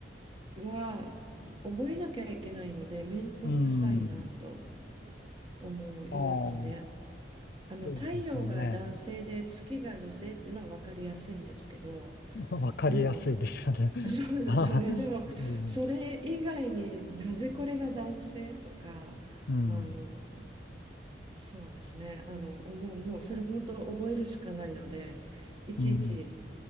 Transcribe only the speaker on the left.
うん。
ああ、
そうですよね。<laughs> わかりやすいですよね。
<laughs> ああうん、うん、
うん。